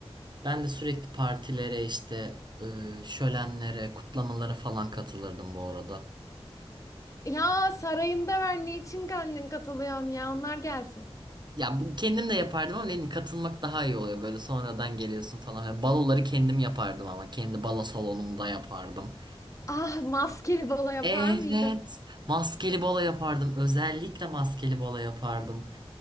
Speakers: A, on the right; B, on the left.
A: Ben de sürekli partilere işte e, şölenlere, kutlamalara falan katılırdım bu arada.
B: Ya sarayında ver niçin kendin katılıyorsun ya onlar gelsin.
A: Ya bu- kendim de yapardım ama dedim katılmak daha iyi oluyor böyle sonradan geliyorsun falan. Yani baloları kendim yapardım ama kendi balo salonumda yapardım.
B: Ah maskeli balo yapar
A: Evet,
B: mıydın?
A: maskeli balo yapardım. Özellikle maskeli balo yapardım.